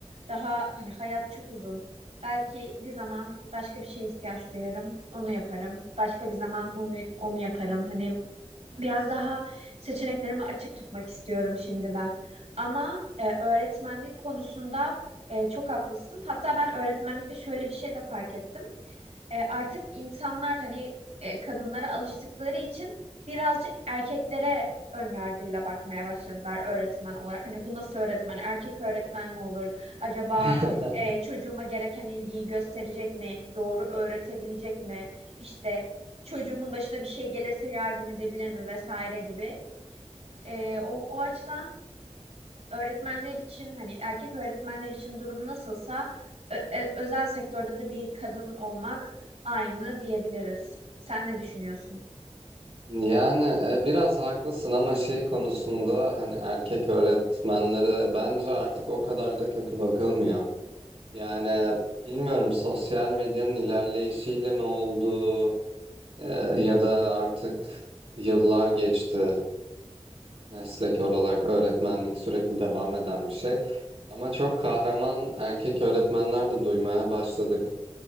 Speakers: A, on the right; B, on the right.
A: daha hani hayat çok uzun. Belki bir zaman başka bir şeye ihtiyaç duyarım, onu yaparım. Başka bir zaman onu, onu yaparım. Hani biraz daha seçeneklerimi açık tutmak istiyorum şimdi ben. Ama e, öğretmenlik konusunda e, çok haklısın. Hatta ben öğretmenlikte şöyle bir şey de fark ettim e, artık insanlar hani e, kadınlara alıştıkları için birazcık erkeklere ön yargıyla bakmaya başladılar öğretmen olarak. Hani bu nasıl öğretmen? Erkek öğretmen mi olur? Acaba
B: <laughs>
A: e, çocuğuma gereken ilgiyi gösterecek mi? Doğru öğretebilecek mi? İşte çocuğumun başına bir şey gelirse yardım edebilir mi vesaire gibi. E, o, o açıdan öğretmenler için hani erkek öğretmenler için durum nasılsa ö- ö- özel sektörde de bir kadın olmak aynı diyebiliriz. Sen ne düşünüyorsun?
B: Yani e, biraz haklısın ama şey konusunda hani erkek öğretmenlere bence artık o kadar da kötü bakılmıyor. Yani bilmiyorum sosyal medyanın ilerleyişiyle mi oldu? Ee, ya da artık yıllar geçti meslek olarak öğretmenlik sürekli devam eden bir şey. Ama çok kahraman erkek öğretmenler de duymaya başladık.